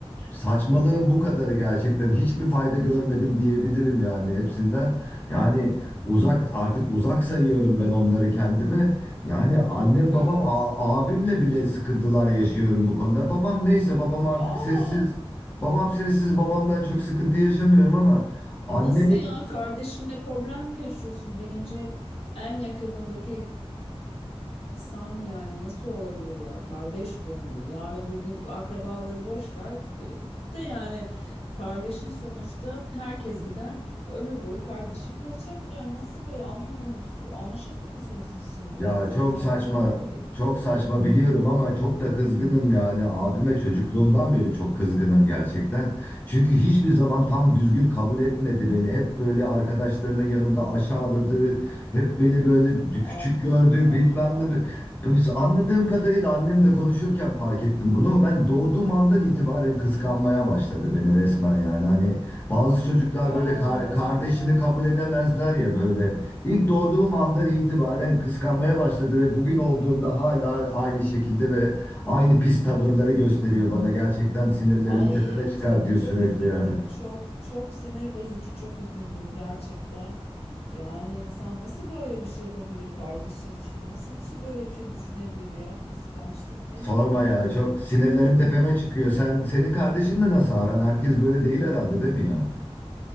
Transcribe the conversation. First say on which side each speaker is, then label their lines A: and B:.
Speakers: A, on the left (about 20°); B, on the left (about 75°).
A: saçmalığın bu kadarı gerçekten hiçbir fayda görmedim diyebilirim yani hepsinden. Yani uzak artık uzak sayıyorum ben onları kendimi. Yani annem
B: Evet.
A: babam a- abimle bile sıkıntılar yaşıyorum bu konuda. Babam neyse babam artık
B: Aa,
A: sessiz. Babam sessiz babamdan çok sıkıntı yaşamıyorum ama annemin
B: nasıl ya? Kardeşinle problem mi yaşıyorsun? Birinci en yakınındaki İnsan yani nasıl olabilir ya? Kardeş bu hani. Yarın öbür gün akrabaları boş ver. e, De yani kardeşin sonuçta herkes gider ömür boyu kardeşin kalacak yani nasıl böyle anlamadım anlaşamıyor musunuz siz şimdi
A: Ya
B: ben tam
A: çok
B: idrak
A: saçma,
B: edemedim olayı.
A: çok saçma biliyorum ama çok da kızgınım yani. Abime çocukluğumdan beri çok kızgınım gerçekten. Çünkü hiçbir zaman tam düzgün kabul etmedi beni. Hep böyle arkadaşlarının yanında aşağıladı, hep beni böyle küçük
B: Ah
A: gördü,
B: ah
A: bilmem
B: ah
A: ne. Biz anladığım kadarıyla annemle konuşurken fark ettim bunu. Ben doğduğum andan itibaren kıskanmaya başladı beni resmen yani. Hani bazı çocuklar
B: Allah
A: böyle kar-
B: Allah
A: kardeşini kabul edemezler ya böyle. İlk doğduğum andan itibaren kıskanmaya başladı ve bugün olduğunda hala aynı şekilde ve aynı pis tavırları gösteriyor bana. Gerçekten sinirlerimi
B: Ay
A: tepeme çıkartıyor
B: çok çok
A: sürekli
B: üzüldüm.
A: yani.
B: Çok çok sinir bozucu çok üzüldüm gerçekten. Yani insan nasıl böyle bir şey yapabilir kardeşi için? Nasıl bir şey böyle bir şey düşünebilir ya? Kıskançlık ne
A: Sorma
B: demek abi?
A: ya çok sinirlerim tepeme çıkıyor. Sen senin kardeşinle nasıl aran? Herkes böyle değil herhalde değil mi ya?